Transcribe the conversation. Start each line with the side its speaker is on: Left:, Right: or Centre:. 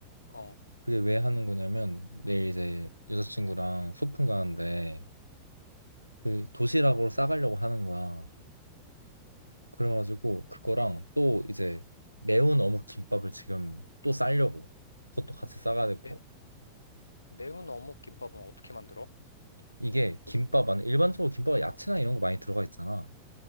Left: 어.
Right: 그게 왜 하는 거냐면 내일 이제 여자친구랑 소풍 가는데 그 도시락으로 싸가려고 하는 거야. 그래가지고 그거랑 또 이제 매운 어묵 김밥을 지금 또 싸려고. 그것도 같이 싸가야 될
Left: 매,
Right: 것 같아.
Left: 매운 어묵 김밥은 어떻게 만들어?
Right: 이게 김밥 안에 일반적으로 김밥에 야채나 이런 거 많이 들어가 있잖아.